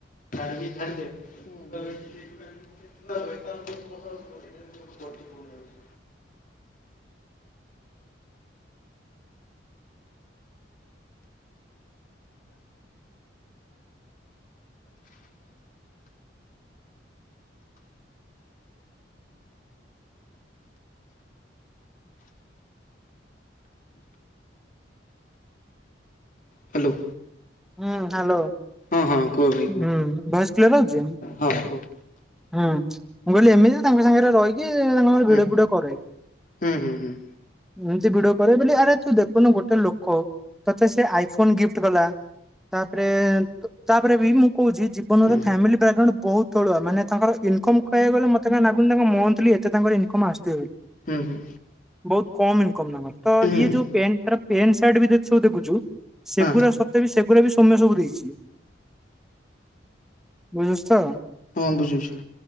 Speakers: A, on the left; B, in the centre.
A: <unintelligible> <unintelligible> <unintelligible> ହ୍ୟାଲୋ
B: ହୁଁ ହ୍ୟାଲୋ
A: ହଁ କୁହ ଭାଇ କୁହ,
B: ହୁଁ ଭଏସ କ୍ଲିୟର ହଉଛି
A: ହଁ କୁହ।
B: ହୁଁ ମୁଁ କହିଲି ଏମିତି ତାଙ୍କ ସାଙ୍ଗରେ ରହିକି ତାଙ୍କର
A: ହୁଁ
B: ଭିଡିଓ ଫିଡିଓ କରେ,
A: ହୁଁ ହୁଁ ହୁଁ
B: ଏମିତି ଭିଡ କରେ ବୋଲି ଆରେ ତୁ ଦେଖୁନୁ ଗୋଟେ ଲୋକ ତତେ ସେ ଆଇଫୋନ ଗିଫ୍ଟ କଲା। ତାପରେ ତାପରେ ବି ମୁଁ କହୁଛି ଜୀବନରେ
A: ହୁଁ
B: ଫାମିଲିା <unintelligible> ବହୁତ ତଳୁଆ ମାନେ ତାଙ୍କର ଇନକମ୍ କହିବାକୁ ଗଲେ ମତେ କାହିଁ ଲାଗୁନି ତାଙ୍କ ମନ୍ଥଲି ଏତେ ତାଙ୍କ ଇନକମ୍ ଆସୁଥିବ ବୋଲି?
A: ହୁଁ ହୁଁ
B: ବହୁତ କମ ଇନକମ ତାଙ୍କର। ତ
A: ହୁଁ
B: ଇଏ ଯୋଉ ପେନଟାର ପେଣ୍ଟ ସାର୍ଟ ବି ଜଦି ସବୁ ଦେଖୁଛୁ ସେଗୁରା
A: ହଁ
B: ସତ ବି ସେଗୁରା ବି ସୋମ୍ୟ ସବୁ ଦେଇଛି। ବୁଝୁଚୁ ତ?
A: ହଁ ବୁଝୁଚି